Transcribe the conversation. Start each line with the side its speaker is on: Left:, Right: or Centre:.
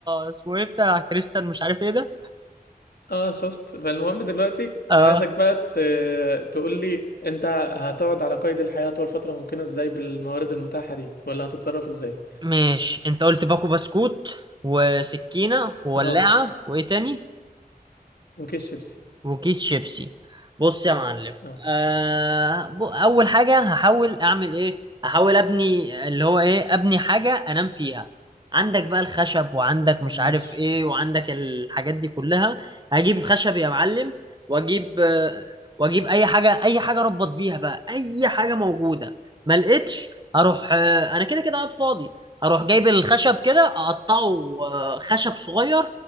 Right: اسمه ايه بتاع كريستال مش عارف ايه ده
Left: اه شفت فالمهم دلوقتي
Right: اه
Left: أنا عايزك بقى ت... تقول لي أنت هتقعد على قيد الحياة طول فترة ممكنة إزاي بالموارد المتاحة دي ولا هتتصرف إزاي
Right: ماشي انت قلت باكو بسكوت وسكينة وولاعة
Left: اه
Right: وايه تاني
Left: وكيس شيبسي
Right: وكيس شيبسي بص يا معلم
Left: اه
Right: آه ب- اول حاجه هحاول اعمل ايه هحاول ابني اللي هو ايه ابني حاجه انام فيها عندك بقى الخشب وعندك مش
Left: ماشي
Right: عارف ايه وعندك الحاجات دي كلها هجيب خشب يا معلم واجيب آه، واجيب اي حاجه اي حاجه اربط بيها بقى اي حاجه موجوده ما لقيتش اروح آه، انا كده كده قاعد فاضي هروح جايب الخشب كده اقطعه آه، خشب صغير